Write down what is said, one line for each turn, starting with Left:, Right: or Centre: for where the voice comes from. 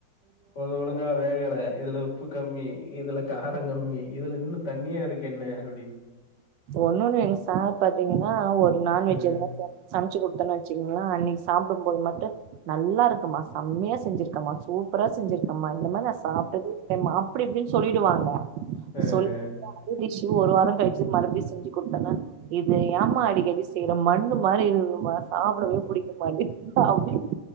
Left: ஒழு ஒழுங்கா வேகல இதுல உப்பு கம்மி இதுல காரோ கம்மி இதுல இன்னு தண்ணியா இருக்குன்னு அப்டின்னு
Right: ஒன்னொண்ணு எங்க சார் பாத்திங்கன்னா ஒரு நாண்வெஜ்
Left: ம்
Right: எதுனா ச சமச்சு குடுத்தன்னா வெச்சிங்கனா அன்னிக்கு சாப்புடும் போது மட்டு நல்லா இருக்குமா செம்மையா செஞ்சிருக்கமா சூப்பரா செஞ்சிருக் அம்மா இந்த மாரி நா சாப்ட்டதே இல்ல மா அப்டி இப்டின்னு சொல்லிடுவாங்க
Left: ஆ ஆ
Right: சொல் <inaudible> ஒரு வாரோ கழி ச்சு மறுபடியு செஞ்சு குடுத்தன்னா இது ஏம்மா அடிக்கடி செய்யற மண்ணு மாரி இருக்குது மா சாப்படவே புடிக்க மாட்டி அப்டி